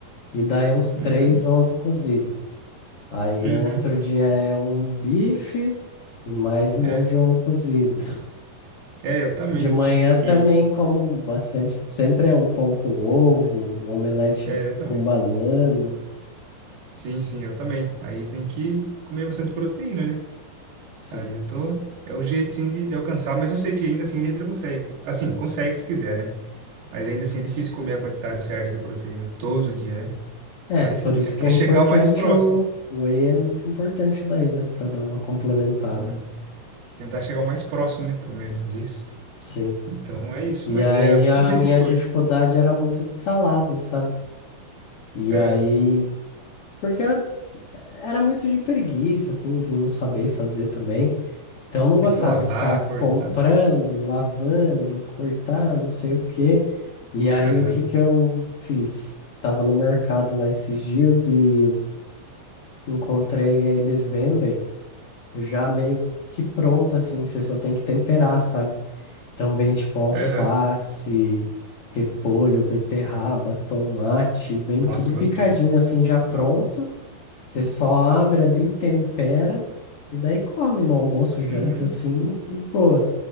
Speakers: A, on the left; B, on the right.
A: e daí uns três
B: Uhum.
A: ovos cozidos. Aí
B: Uhum.
A: outro dia é um bife E mais um
B: É,
A: monte de ovo cozido.
B: é, eu também.
A: De manhã também
B: E
A: como bastante. Sempre é um pão com ovo, um omelete
B: é, eu também.
A: com banana.
B: Sim, sim, eu também. Aí tem que comer bastante proteína, né?
A: Sim.
B: Aí eu tô. É o jeito sim de, de alcançar, mas eu sei que ainda assim a gente consegue. Assim, consegue se quiser, né? Mas ainda assim é difícil comer a quantidade certa de proteína todo dia, né?
A: É,
B: Mas
A: por
B: assim,
A: isso
B: tentar
A: que é importante
B: <laughs> chegar o mais próximo.
A: o o whey é muito importante daí, né? Pra dar uma complementada.
B: Sim, tentar chegar o mais próximo, né? Pelo menos disso.
A: Sim.
B: Então é isso.
A: E
B: Mas
A: aí
B: é, eu vou
A: a
B: fazer
A: minha
B: isso
A: dificuldade
B: hoje.
A: era muito de salada, sabe? E
B: Ah,
A: aí. Porque eu era muito de preguiça, assim, de não saber fazer também. Então eu não
B: tem
A: gostava
B: que lavar,
A: de ficar
B: cortar.
A: comprando, lavando, cortar, não sei o quê. E aí
B: Aham,
A: o que que eu fiz? Tava no mercado lá esses dias e encontrei, eles vendem já meio que pronto assim, você só tem que temperar, sabe? Então vem tipo alface,
B: aham.
A: repolho, beterraba, tomate, vem
B: Nossa,
A: tudo
B: é
A: picadinho
B: gostoso.
A: assim já pronto. Você só abre ali, tempera e daí come no almoço, janta
B: Uhum.
A: assim e boa.